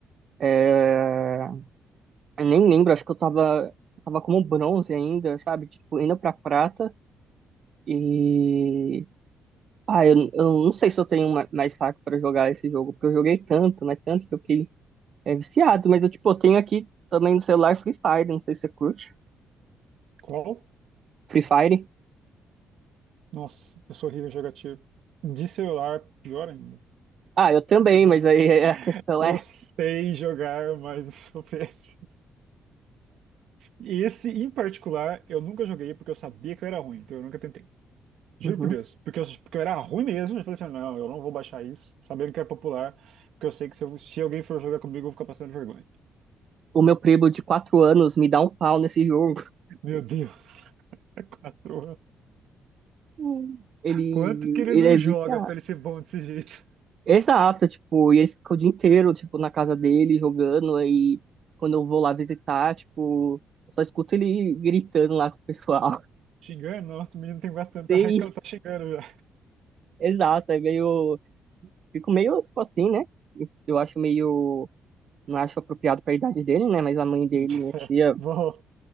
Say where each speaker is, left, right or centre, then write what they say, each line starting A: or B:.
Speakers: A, on the right; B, on the right.
A: é, eu nem lembro, acho que eu tava, tava como bronze ainda, sabe? Tipo, indo pra prata. E Ah, eu, eu não sei se eu tenho ma- mais saco pra jogar esse jogo, porque eu joguei tanto, mas tanto que eu fiquei é, viciado. Mas eu, tipo, eu tenho aqui também no celular Free Fire, não sei se você curte.
B: Qual?
A: Free Fire?
B: Nossa, eu sou horrível em jogar tiro. De celular, pior ainda.
A: Ah, eu também,
B: <laughs>
A: mas aí é- <laughs> a questão
B: Eu
A: é...
B: sei jogar, mas eu sou péssimo. E Esse em particular, eu nunca joguei porque eu sabia que eu era ruim, então eu nunca tentei. Juro
A: Uhum.
B: por Deus. Porque eu, porque eu era ruim mesmo, eu falei assim: não, eu não vou baixar isso, sabendo que é popular, porque eu sei que se, eu- se alguém for jogar comigo, eu vou ficar passando vergonha.
A: O meu primo de quatro anos me dá um pau nesse jogo.
B: Meu Deus. <laughs> Quatro
A: Hum. Ele,
B: Quanto que ele
A: ele
B: não
A: é
B: joga
A: viciado.
B: pra ele ser bom desse jeito?
A: Exato, tipo, e ele fica o dia inteiro, tipo, na casa dele jogando, aí quando eu vou lá visitar, tipo, eu só escuto ele gritando lá com o pessoal.
B: Xingando? Nossa, o menino tem bastante
A: <laughs>
B: tanto,
A: Sim,
B: tá, reclam- tá xingando já.
A: exato, é meio. Fico meio, tipo assim, né? Eu acho meio. Não acho apropriado para a idade dele, né? Mas a mãe dele,
B: <laughs>
A: minha tia,
B: bom,